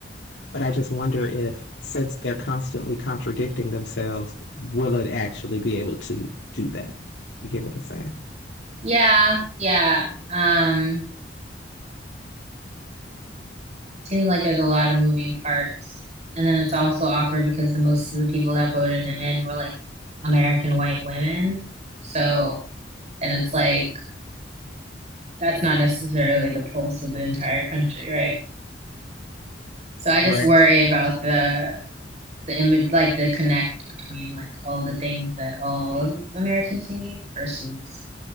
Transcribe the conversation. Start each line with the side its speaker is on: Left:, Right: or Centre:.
Left: but I just wonder if since they're constantly contradicting themselves, will it actually be able to do that? You get what I'm saying?
Right: Yeah, yeah. Um, Seems like there's a lot of moving parts. And then it's also awkward because the most of the people that voted him in were like American white women. So, and it's like that's not necessarily the pulse of the entire country, right? So I
Left: Correct.
Right: just worry about the the image, like the connect between like all the things that all of Americans need versus